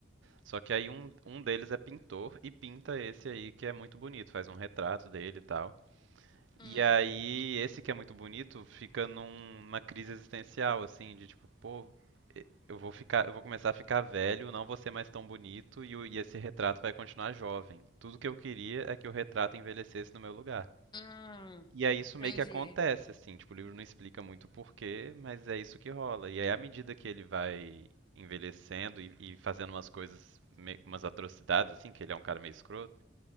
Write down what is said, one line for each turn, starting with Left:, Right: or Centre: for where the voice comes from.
Right: Só que aí um, um deles é pintor e pinta esse aí que é muito bonito. Faz um retrato dele e tal.
Left: Hum,
Right: E aí, esse que é muito bonito, fica num- numa crise existencial, assim, de tipo, pô, e- eu vou ficar, eu vou começar a ficar velho, não vou ser mais tão bonito e, o- e esse retrato vai continuar jovem. Tudo que eu queria é que o retrato envelhecesse no meu lugar.
Left: hum,
Right: E aí isso meio
Left: entendi.
Right: que acontece, assim, tipo, o livro não explica muito o porquê, mas é isso que rola. E aí, à medida que ele vai envelhecendo e, e fazendo umas coisas, me- umas atrocidades, assim, que ele é um cara meio escroto,